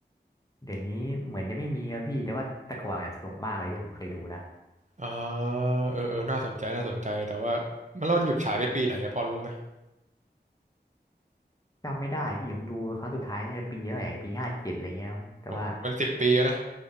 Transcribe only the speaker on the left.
เดี๋ยวนี้เหมือนจะไม่มีแล้วพี่แต่ว่าแต่ก่อนน่ะสนุกมากเลยที่ผมเคยดูนะ
จำไม่ได้พี่ผมดูครั้งสุดท้ายเนี่ยปีเท่าไหร่ปีห้าเจ็ดอะไรเงี้ยแต่ว่า